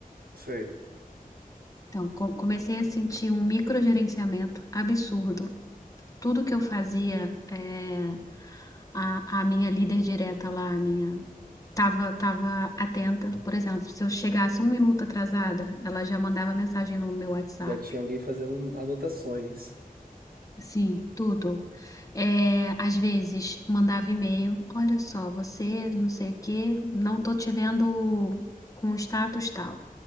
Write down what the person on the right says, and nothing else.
Sei.
Já tinha alguém fazendo anotações.